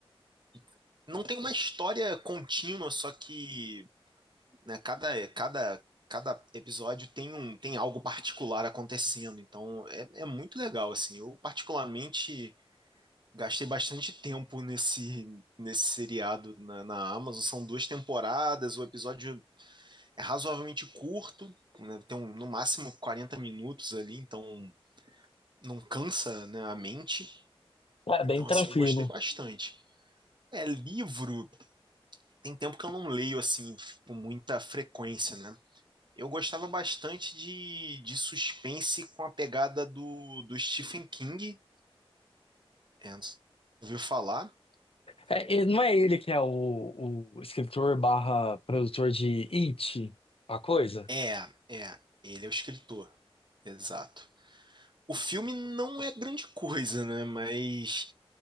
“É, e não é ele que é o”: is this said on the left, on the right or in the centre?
Left